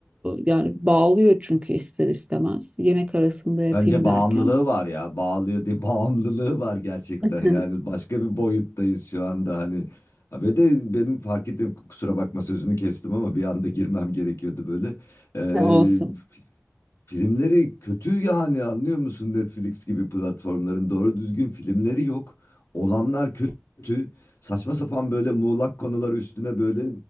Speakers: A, on the right; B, on the left.
A: yani bağlıyor çünkü ister istemez. Yemek arasında yapayım
B: Bence
A: derken.
B: bağımlılığı var ya. Bağlıyor diye <laughs> bağımlılığı var gerçekten.
A: <laughs>
B: Yani başka bir boyuttayız şu anda hani. Ha, Ve de benim fark ettim kusura bakma sözünü kestim ama bir anda girmem gerekiyordu böyle. Ee,
A: Olsun.
B: Filmleri kötü yani anlıyor musun? Netflix gibi platformların doğru düzgün filmleri yok. Olanlar kötü. Saçma sapan böyle muğlak konular üstüne böyle